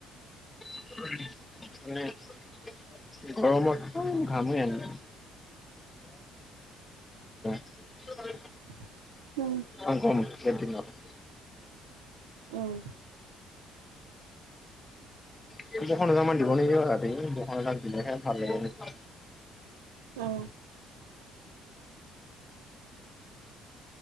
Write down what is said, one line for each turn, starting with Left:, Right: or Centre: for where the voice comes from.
Left: <inaudible> মানে গৰমত ঘামেই আনে। <inaudible>
Right: <inaudible> উম।
Left: ইমান গৰম কেনটিনত।
Right: উম।
Left: <inaudible> এজা মান দিব নেকি ৰাতি, বৰষুণ এজাক দিলেহে ভালে হ'ব।
Right: অঁ।